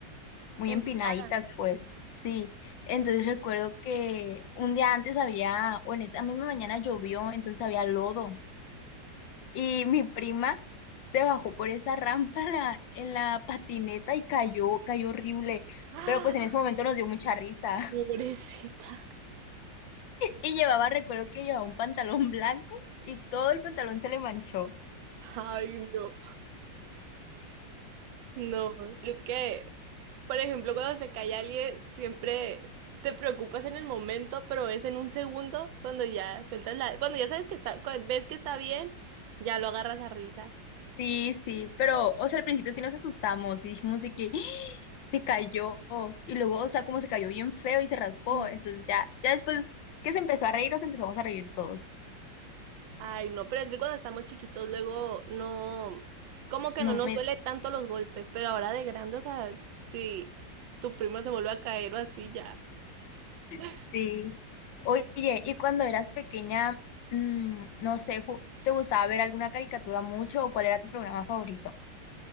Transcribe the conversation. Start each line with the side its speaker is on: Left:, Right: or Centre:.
Left: muy
Right: Empinada.
Left: empinaditas, pues. Sí, entonces recuerdo que un día antes había, o en esa misma mañana llovió, entonces había lodo y mi prima se bajó por esa rampa en la, en la patineta y cayó, cayó horrible.
Right: Ah,
Left: Pero pues en ese momento nos dio mucha risa.
Right: pobrecita.
Left: <laughs> Y llevaba, recuerdo que llevaba un pantalón blanco y todo el pantalón se le manchó.
Right: <laughs> Ay, no. No, es que, por ejemplo, cuando se cae alguien, siempre te preocupas en el momento, pero es en un segundo cuando ya sueltas la, cuando ya sabes que está, cu- ves que está bien, ya lo agarras a risa.
Left: Sí, sí, pero, o sea, al principio sí nos asustamos y dijimos de que <gasps> se cayó. Y luego, o sea, como se cayó bien feo y se raspó.
Right: Mm.
Left: Entonces ya, ya después que se empezó a reír, nos empezamos a reír todos.
Right: Ay, no, pero es que cuando estamos chiquitos luego no, como que
Left: No
Right: no nos
Left: me
Right: duele tanto los golpes, pero ahora de grande, o sea, si tu primo se vuelve a caer o así ya. <laughs>
Left: Sí. Oye, ¿y cuando eras pequeña, mm, no sé, ju- ¿te gustaba ver alguna caricatura mucho o cuál era tu programa favorito?